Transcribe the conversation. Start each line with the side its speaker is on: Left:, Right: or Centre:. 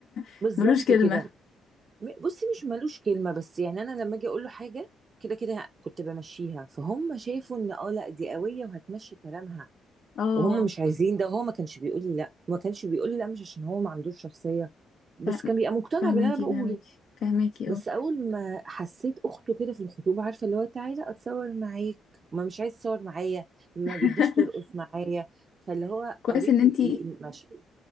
Left: <laughs>
Right: بالظبط
Left: ملوش كلمه
Right: كده م- بصي مش ملوش كلمه بس يعني انا لما اجي اقول له حاجه كده كده كنت بمشيها فهم شافوا ان اه لا دي قويه وهتمشي كلامها
Left: اه
Right: وهم مش عايزين ده هو ما كانش بيقول لي لا ما كانش بيقول لي لا مش عشان هو ما عندوش شخصيه بس
Left: فاهم-
Right: كان بيبقى مقتنع
Left: فهماكي
Right: باللي انا بقوله
Left: فهماكي فهماكي
Right: بس
Left: اه
Right: اول ما حسيت اخته كده في الخطوبه عارفه اللي هو تعالى اتصور معاك ما مش عايز تصور معايا ما
Left: <laughs>
Right: بتجيش ترقص معايا فاللي هو
Left: كويس
Right: قريت
Left: ان انت
Right: الايه المشهد